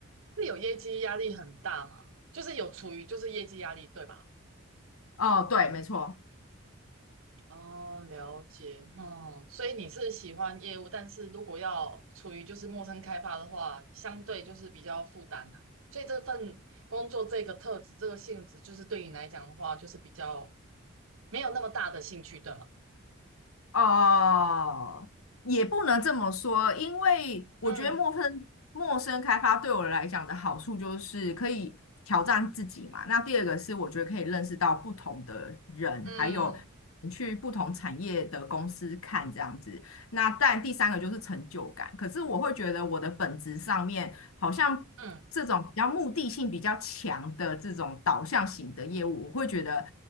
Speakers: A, on the right (about 70°); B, on the left (about 80°).
A: 是有业绩压力很大吗？就是有处于就是业绩压力，对吧？
B: 哦，对，没错。
A: 哦，了解，嗯，所以你是喜欢业务，但是如果要处于就是陌生开发的话，相对就是比较负担啊。所以这份工作这个特质这个性质，就是对你来讲的话，就是比较没有那么大的兴趣，对吗？
B: 哦，也不能这么说，因为我觉得陌生陌生开发对我来讲的好处就是可以挑战自己嘛。
A: 嗯
B: 那第二个是我觉得可以认识到不同的人，
A: 嗯
B: 还有你去不同产业的公司看这样子。那但第三个就是成就感。可是我会觉得我的本质上面好像这种比较目的性比较强的这种导向型的业务，
A: 嗯。
B: 我会觉得